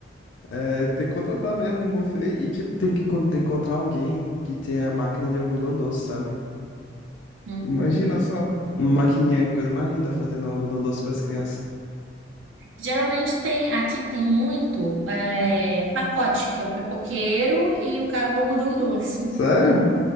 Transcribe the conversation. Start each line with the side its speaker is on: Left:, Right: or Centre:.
Left: É, tem que contratar mesmo um buffet e, tipo, tem que encon- encontrar alguém que tenha máquina de algodão doce, sabe?
Right: Uhum.
Left: Imagina só, uma maquininha, coisa mais linda, fazendo algodão doce para as crianças.
Right: Geralmente tem, aqui tem muito é, pacote, que é o pipoqueiro e o cara do algodão doce.
Left: Sério?